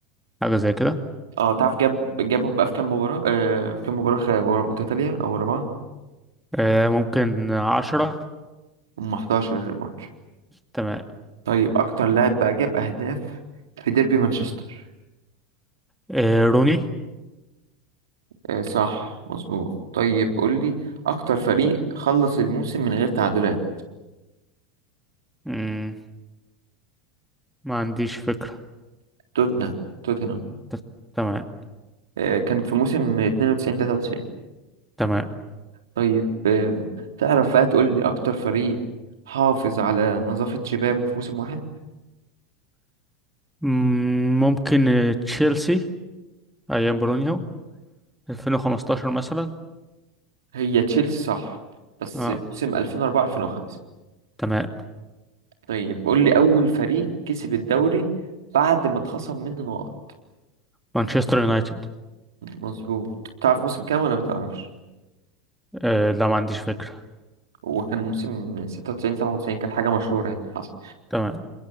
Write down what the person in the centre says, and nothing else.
حاجة زي كده
آه، ممكن 10
تمام
آه، روني
مم، ما عنديش فكرة
ت- تمام
تمام
مم، ممكن آه، تشيلسي أيام برونيو 2015 مثلا
اه
تمام
مانشستر يونايتد
آه، لا ما عنديش فكرة
تمام